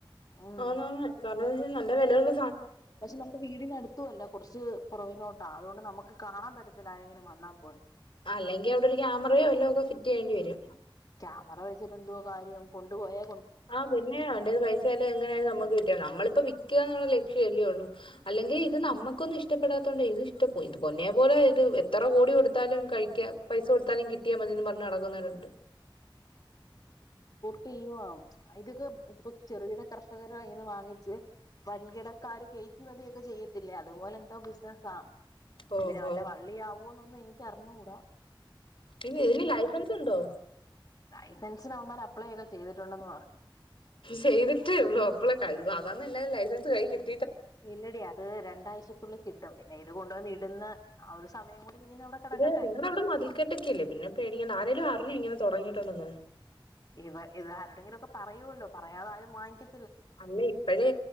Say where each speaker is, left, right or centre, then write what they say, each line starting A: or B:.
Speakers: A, on the left (about 45°); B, on the left (about 80°).
A: ഉം
B: ആന്ന് ആന്ന് കാരണോന്ന് വെച്ച് നല്ല വിലയൊളള
A: പക്ഷെ നമ്മുടെ വീടിനടുത്തും അല്ല കുറച്ച് പുറവിലോട്ടാ ആ അതുകൊണ്ട് നമുക്ക് കാണാൻ പറ്റത്തില്ല ആരെങ്കിലും വന്നാൽ പോലും
B: അല്ലെങ്കി അവിടെ ഒരു ക്യാമറയോ വല്ലോ ഒക്കെ ഫിറ്റ് ചെയ്യേണ്ടി വരും
A: ക്യാമറ വെച്ചിട്ട് എന്തുവാ കാര്യം കൊണ്ടു പോയാ
B: ആ പിന്നെ അവന്റേന്ന് പൈസയാലും എങ്ങനാലും നമുക്ക് കിട്ടിയ നമ്മളിപ്പോ വിക്കുക എന്നുള്ള ലക്ഷ്യ അല്ലേ ഉള്ളൂ അല്ലെങ്കി ഇത് നമുക്കൊന്നും ഇഷ്ട ഇഷ്ടപ്പെടാത്തോണ്ടാ ഇത് ഇഷ്ട പൊന്നെ പോലെ ഇത് എത്ര കോടി കൊടുത്താലും കഴിക്കാ പൈസ കൊടുത്താലും കിട്ടിയാ മതീന്നും പറഞ്ഞ് നടക്കുന്നവരുണ്ട്
A: ടീയും ആവും ഇതൊക്കെ ഇപ്പൊ ചെറുകിട കർഷകരുടെ കൈയ്യിന്ന് വാങ്ങ് അത് വെച്ച് വൻകിടക്കാര് കയറ്റ് മതി ത്ത ചെയ്യത്തില്ലേ അതുപോലെന്തോ ബിസ്സിനസാ
B: ഓഹോ
A: ഇതിന് വല്ല വള്ളിയാവുവോന്നൊന്നും എനിക്ക് എനിക്കറിഞ്ഞൂടാ
B: പിന്നെ ഇതിന് ലൈസൻസ് ഇണ്ടോ
A: ലൈസൻസിന് അവന്മാര് അപ്ലൈ ഒക്കെ ചെയ്തിട്ടുണ്ടെന്ന് പറഞ്ഞു
B: ചെയ്തിട്ടേ ഉള്ളൂ അപ്പോളെ കഴു അതാന്ന എല്ലാവരും ലൈസൻസ് കയ്യിൽ കിട്ടി
A: ഇല്ലടി അത് രണ്ടാഴ്ചക്കുള്ളിൽ കിട്ടും പിന്നെ അതുകൊണ്ടൊന്ന് ഇടുന്ന ആ ഒരു സമയം കൂടി മീൻ അവിടെ കിടക്കട്ടെ
B: ഇത് നിങ്ങവിടെ മതിൽക്കെട്ടൊക്കെല്ലേ പിന്നെ പേടിക്കണ്ട ആരേലും പറഞ്ഞ ഇങ്ങനെ തുടങ്ങിയിട്ടുണ്ടന്ന്
A: ഇവ ഇത് ആരോടെങ്കിലുമൊക്കെ പറയുമല്ലോ പറയാതെ ആരും വാങ്ങിക്കി
B: അല്ല ഇപ്പോഴേ